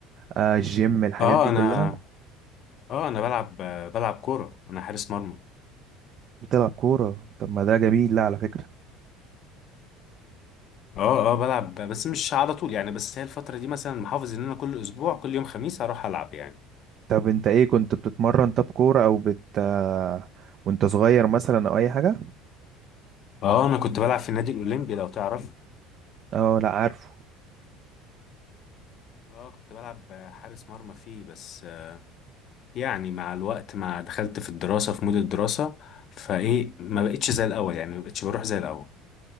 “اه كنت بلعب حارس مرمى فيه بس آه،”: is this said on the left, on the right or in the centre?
Left